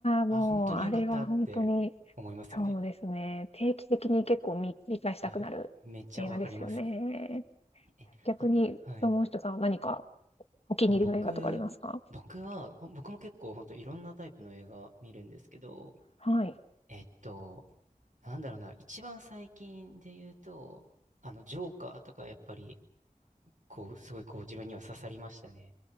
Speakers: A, on the left; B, on the right.
A: もうあれはほんとに、
B: あ、本当に良かったって思いますよね。
A: そうですね、定期的に結構み見返したくなる映画ですよね。
B: いや、めっちゃわかりますよ。え、
A: 逆に、
B: あ、はい。
A: その人さんは何かお気に入りの映画とかありますか？
B: あ、僕、僕は、お僕も結構本当いろんなタイプの映画見るんですけど、
A: はい。
B: えっと、なんだろうな、一番最近で言うと、あの、ジョーカーとかやっぱり、こう、すごいこう自分には刺さりましたね。